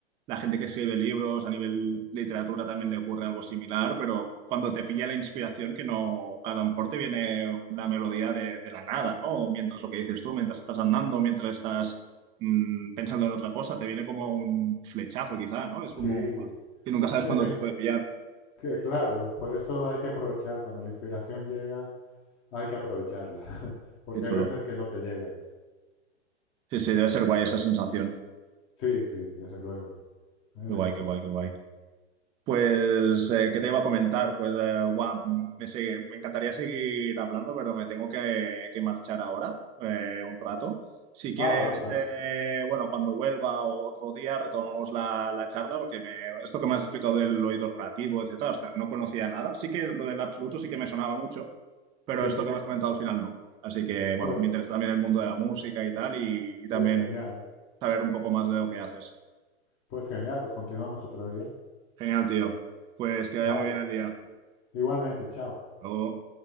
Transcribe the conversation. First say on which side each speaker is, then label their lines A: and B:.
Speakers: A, on the right; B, on the left.
A: la gente que escribe libros, a nivel literatura también le ocurre algo similar, pero cuando te pilla la inspiración, que no, que a lo mejor te viene una melodía de, de la nada, ¿no? O Mientras lo que dices tú, mientras estás andando, mientras estás mm, pensando en otra cosa, te viene como un flechazo quizá, ¿no? Es
B: Sí,
A: como, guau, que nunca sabes
B: sí,
A: cuándo
B: es la ins-
A: te puede pillar.
B: que claro, por eso hay que aprovechar, cuando la inspiración llega, hay que aprovecharla, <laughs> porque
A: Qué chulo.
B: hay veces que no te llega.
A: Sí, sí, debe ser guay esa sensación.
B: Sí, sí, desde luego, a mí
A: Qué
B: me
A: guay,
B: encanta.
A: qué guay, qué guay. Pues, eh, ¿qué te iba a comentar? Pues, eh, guau, me, se- me encantaría seguir hablando, pero me tengo que, que marchar ahora, eh, un rato. Si quieres,
B: Ah, vale, vale.
A: eh, bueno, cuando vuelva o otro día retomamos la, la charla, porque me, esto que me has explicado del oído relativo, etcétera, hasta no conocía nada. Sí que lo del absoluto sí que me sonaba mucho, pero
B: Sí,
A: esto que me has comentado al final no. Así que, bueno,
B: pues,
A: me interesa también el mundo de la música y tal, y, y también
B: pues genial.
A: saber un poco más de lo que haces.
B: Pues genial, pues continuamos otro día.
A: Genial, tío. Pues que vaya
B: Vale,
A: muy bien el día. Hasta
B: igualmente, chao.
A: Luego.